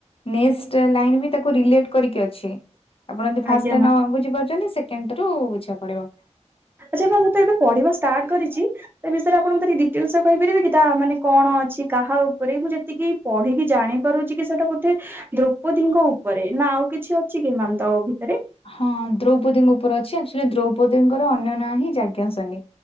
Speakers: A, on the left; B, on the right.
A: ନେଷ୍ଟ ଲାଇନ ବି ତାକୁ ରିଲେଟ କରିକି ଅଛି। ଆପଣ ଯଦି ଫାଷ୍ଟ
B: ଆଜ୍ଞା
A: ଟ
B: ମ୍ୟାମ୍
A: ନ ବୁଝିପାରୁଛନ୍ତି ସେକେଣ୍ଡରୁ ବୁଝିବାକୁ ପଡିବ।
B: ଆଚ୍ଛା ନା ମୁଁ ତ ଏବେ ପଢିବା ଷ୍ଟାର୍ଟ କରିଚି। ସେ ବିଷୟରେ ଆପଣଙ୍କୁ ଡିଟେଲସ କହିପାରିବେ କି ତା ମାନେ କଣ ଅଛି କାହା ଉପରେ ମୁଁ ଯେତିକି ପଢିକି ଜାଣି ପାରୁଛି କି ସେଟା ବୋଧେ ଦ୍ରୌପଦୀଙ୍କ ଉପରେ ନା ଆଉ କିଛି ଅଛି କି ଏମାନଙ୍କ ଭିତରେ?
A: ହଁ ଦ୍ରୌପଦୀଙ୍କ ଉପରେ ଅଛି ଆକ୍ଚୁଲି ଦ୍ରୌପଦୀଙ୍କର ଅନ୍ୟ ନାଁ ହିଁ ଯଜ୍ଞସେନୀ।